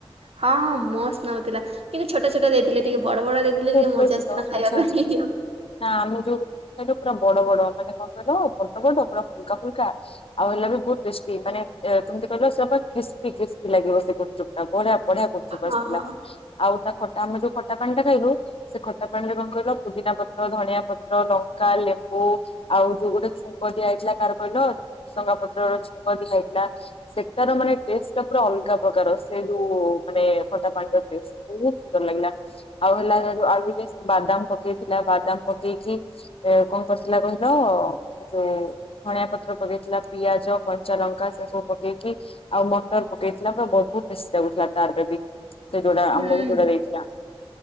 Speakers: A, on the right (about 75°); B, on the left (about 65°).
A: ହଁ ହଁ ମୋସ୍ତ୍ ଲାଗୁଥିଲା କିନ୍ତୁ ଛୋଟ ଛୋଟ ଦେଇଥିଲେ ଟିକେ ବଡ ବଡ ଦେ ଥିଲେ
B: ଛୋଟ
A: ଟିକେ ମଜା
B: ଛୋଟ
A: ଆସିଥାନ୍ତା ଖାଇବା
B: ଆଚ୍ଛା ଆଚ୍ଛା
A: ପାଇଁ ହିଁ ହିଁ।
B: ନା ଆମେ ଯୋଉ ସେଇଠୁ ପୁରା ବଡ ବଡ ମାନେ କଣ କହିଲ ବଡ ବଡ ପୁରା ଫୁଲକା ଫୁଲକା। ଆଉ ହେଲା ବି ବହୁତ ଟେଷ୍ଟି ମାନେଏ କେମିତି କହିଲ କ୍ରିସ୍ପି କ୍ରିସ୍ପି ଲାଗିବ ବ ସେ ଗୁପଚୁପ୍। ତା ବଢିଆ ବଢିଆ ଗୁପଚୁପ୍ ଆସିଥିଲା
A: ହଁ।
B: ଆଉ ତା ଖଟା ଆମେ ଯୋଉ ଖଟା ପାଣି ଟା ଖାଇଲୁ ସେ ଖଟା ପାଣି ରେ କଣ କହିଲ ପୁଦିନା ପତ୍ର, ଧଣିଆ ପତ୍ର, ଲଙ୍କା, ଲେମ୍ବୁ ଆଉ ଯୋଉ ଗୋଟେ ଛୁଙ୍କ ଦିଆଯାଇଥିଲା କାହାର କହିଲ ଭୁସଙ୍ଗା ପତ୍ର ଛୁଙ୍କ ଦିଆ ହେଇଥିଲା। ସେଟାର ମାନେ ଟେଷ୍ଟ ଟା ପୁରା ଅଲଗା ପ୍ରକାର ସେ ଯୋଉ ମାନେ ଖଟା ପାଣିର ଟେଷ୍ଟ। ବହୁତ ସୁନ୍ଦର ଲାଗିଲା ଆଉ ହେଲା ଆଉ ଯେ ବାଦାମ ପକେଇଥିଲା ବାଦାମ ପକେଇକି। ଏ କଣ କରିଥିଲେ କହିଲ। ସେ ଧଣିଆ ପତ୍ର ପକେଇଥିଲା ପିଆଜ, କଞ୍ଚା ଲଙ୍କା ସେ ସବୁ ପକେଇକି ଆଉ ମଟର ପକେଇଥିଲା ତ ବହୁତ ଟେଷ୍ଟି ଲାଗୁଥିଲା ତାରରେ ବି ସେ ଯୋଉଟା
A: ହୁଁ
B: ଆମବକୁ ଯୋଉଟା ଦେଇଥିଲା।